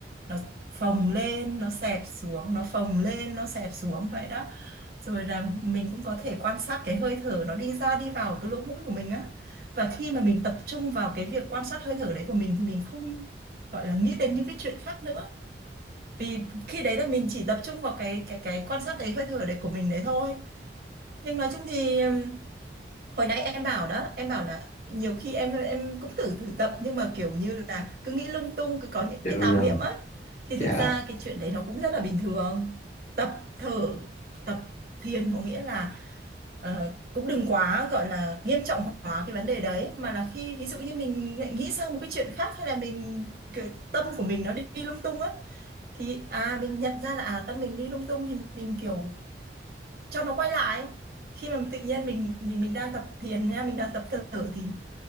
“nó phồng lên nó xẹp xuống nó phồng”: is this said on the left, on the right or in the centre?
Right